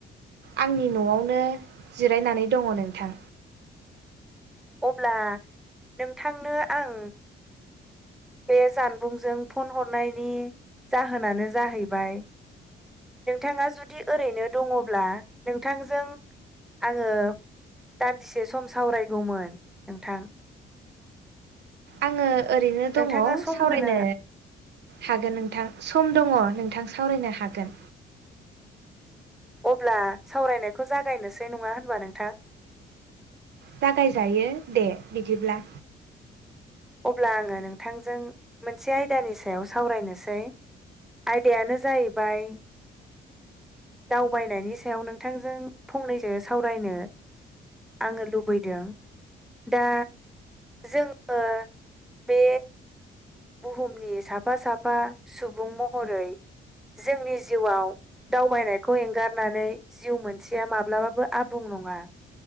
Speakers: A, on the right (about 60°); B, in the centre.
A: आंनि न'आवनो जिरायनानै दङ नोंथां।
B: अब्ला नोंथांनो आं बे जानबुंजों फन हरनायनि जाहोनानो जाहैबाय नोंथाङा जुदि ओरैनो दङब्ला नोंथांजों आङो दान्दिसे सम सावरायगौमोन नोंथां।
A: आङो ओरैनो दङ
B: नोंथाङा सम
A: सावरायनो
B: होनो
A: हागोन नोंथां सम दङ। नोंथां सावरायनो हागोन।
B: अब्ला सावरायनायखौ जागायनोसै नङा होनबा नोंथां?
A: जागायजायो दे बिदिब्ला
B: अब्ला आङो नोंथांजों मोनसे आयदानि सायाव सावरायनोसै। आयदायानो जाहैबाय दावबायनायनि सायाव नोंथांजों फंनैसो सावरायनो आङो लुबैदों दा जोङो बे बुहुमनि साफा साफा सुबुं महरै जोंनि जिउआव दावबायनायखौ एंगारनानै जिउ मोनसेया माब्लाबाबो आबुं नङा